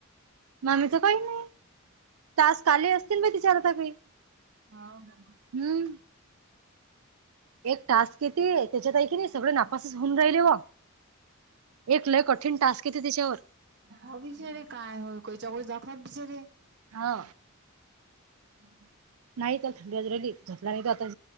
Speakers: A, on the right; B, on the right.
A: म्मी तर काही नाही तास काले असतील ब तिच्या आता काही
B: हाउ ना
A: हम्म एक टास्क येते त्याच्यातऐ की नाही सगळे नापास होऊन राहिले व एक लय कठीण टास्क येते त्याच्यावर
B: ह बचारे काय हो कोच्याकस दाखात बचारे <unintelligible>
A: हा
B: हम्
A: नाही तर थंडी बाजरली झपला नाही तो आता